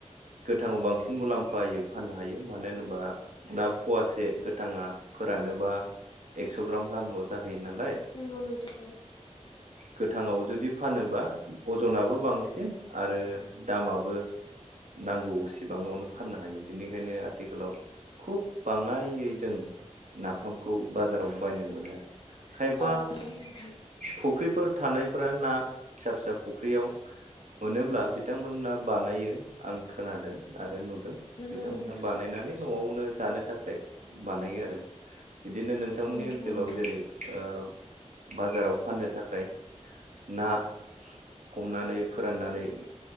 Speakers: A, on the right; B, on the left.
A: गोथांआव बांसिन सिन मुलाम्फायै फाननो हायो मानो होनोबा ना फवासे गोथांङा फोरानोबा एस' ग्राम गाहामल जाहैयो नालाय
B: नंगौ नोंथां औ
A: गोथांङाव जुदि फाननोबा अजनाबो बांसिन आरो दामाबो नांगौ बिबांङावनो फाननो हायो बेनिखायनो आथिखालाव खुब बाङायै जों नाफामखौ बाजाराव बायनो मोनो आरो खायफा
B: औ नंगौ नोंथां
A: फुख्रिफोर थानाय फोरा ना फिसा फिसा फुख्रियाव मोनोब्ला बिथांमोना बानायो आं खोनादों आरो नुदों
B: नंगौ
A: बिथांमोनहा
B: नोंथां
A: बानायनानै न'आवनो जानो थाखाय बानायो आरो बिदिनो नोंथांमोननि
B: औ नंगौ
A: ओनसोलाव
B: नोंथां
A: जेरै ओ बाजाराव फाननो थाखाय ना हमनानै फोराननानै